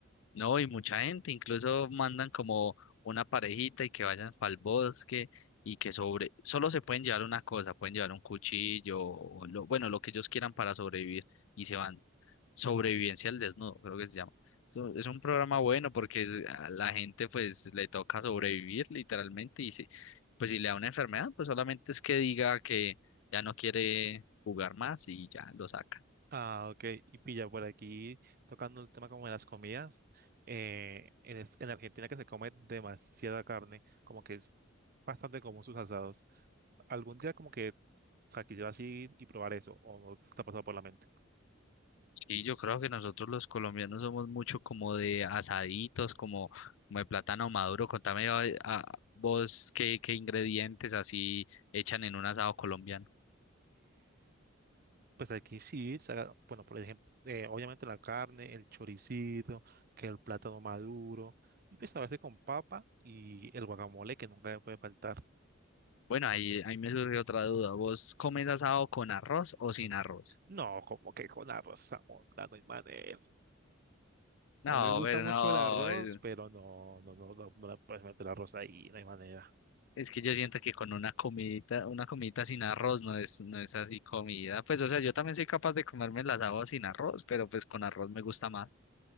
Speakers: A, on the left; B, on the right.
A: No, y mucha gente, incluso mandan como una parejita y que vayan para el bosque y que sobre, solo se pueden llevar una cosa, pueden llevar un cuchillo o lo, bueno, lo que ellos quieran para sobrevivir y se van. Sobrevivencia al desnudo, creo que se llama. So- Es un programa bueno porque es- a la gente pues le toca sobrevivir literalmente y si, pues si le da una enfermedad, pues solamente es que diga que ya no quiere jugar más y ya lo saca.
B: Ah, ok. Y pilla por aquí, tocando el tema como de las comidas. Eh, en, es- en Argentina que se come demasiada carne, como que es bastante común sus asados. Algún día como que, o sea, quisiera así y probar eso, o no te ha pasado por la mente.
A: Sí, yo creo que nosotros los colombianos somos mucho como de asaditos, como, como de plátano maduro. Contame a- a vos qué, qué ingredientes así echan en un asado colombiano.
B: Pues aquí sí, se haga- bueno, por ejemplo, eh, obviamente la carne, el choricito, que el plátano maduro, y pues a veces con papa y el guacamole que nunca me puede faltar.
A: Bueno, ahí, ahí me surge otra duda. ¿Vos comes asado con arroz o sin arroz?
B: No, como que con arroz Zamunda, no hay manera.
A: No,
B: A mí me gusta
A: pero
B: mucho
A: no,
B: el arroz,
A: es,
B: pero no, no, no, no, no le puedes meter arroz ahí, no hay manera.
A: es que yo siento que con una comidita, una comidita sin arroz no es, no es así comida. Pues, o sea, yo también soy capaz de comerme el asado sin arroz, pero pues con arroz me gusta más.